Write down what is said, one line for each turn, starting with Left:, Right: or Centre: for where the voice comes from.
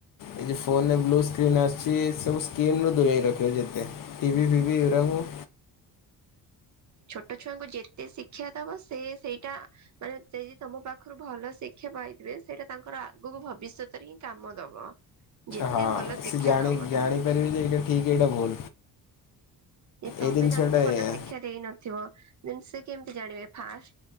Left: ଏହି ଫୋନ ରେ ବ୍ଲୁ ସ୍କ୍ରିନ୍ ଆସିଛି ସବୁ ସି ସ୍କିନରୁ ଦୂରେଇ ରଖିବ ଯେତେ ଟି ଭିି ଫିଭିି ଏରା ମୁଁ
Right: ଛୋଟ ଛୁଆଙ୍କୁ ଯେତେ ଶିକ୍ଷା ଦବ ସିଏ ସେଇଟା ମାନେ ଚେ ଯେ ତମ ପାଖରୁ ଭଲ ଶିକ୍ଷା ପାଇଥିବେ ସେଇଟା ତାଙ୍କର ଆ ଆଗକୁ ଭବିଷ୍ୟତରେ ହିଁ କାମ ଦବ ଯେତେ
Left: ହଁ
Right: ଭଲ ଶିକ୍ଷା
Left: ସେ ଜାଣି
Right: ଦବ ତମେ।
Left: <unintelligible> ଠିକ୍ ଏଇଟା ଭୁଲ।
Right: ଏ ତମେ
Left: ଏଇ ଜିନିଷଟା
Right: ତାଙ୍କୁ ଭଲ
Left: ଏଇଆ।
Right: ଶିକ୍ଷା ଦେଇନଥିବ ନହେନେ ସେ କେମିତି ଜାଣିବେ ଫାଷ୍ଟ